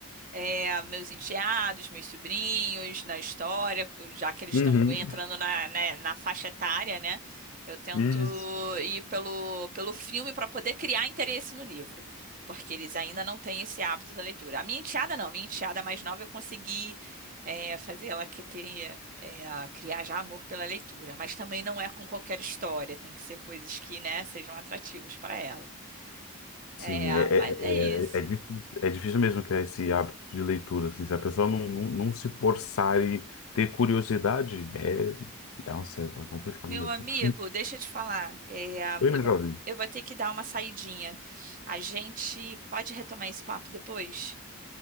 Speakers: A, on the right; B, on the left.
A: é, meus enteados, meus sobrinhos na história, já que eles
B: Uhum.
A: estão entrando na, na, na faixa etária, né? Eu tento
B: Isso.
A: ir pelo, pelo filme para poder criar interesse no livro, porque eles ainda não têm esse hábito da leitura. A minha enteada não, a minha enteada mais nova eu consegui é, fazer ela que tenha, é, a criar já amor pela leitura, mas também não é com qualquer história, tem que ser coisas que, né, sejam atrativas para ela. É,
B: Sim, é,
A: mas
B: é,
A: é isso.
B: é, é é difícil, é difícil mesmo criar esse hábito de leitura, assim, se a pessoa não, não, não se forçar e ter curiosidade, é, nossa, é complicado
A: Meu
B: mesmo.
A: amigo,
B: <laughs>
A: deixa eu te falar, é,
B: Oi,
A: eu
B: meu
A: vou,
B: jovem.
A: eu vou ter que dar uma saidinha. A gente pode retomar esse papo depois?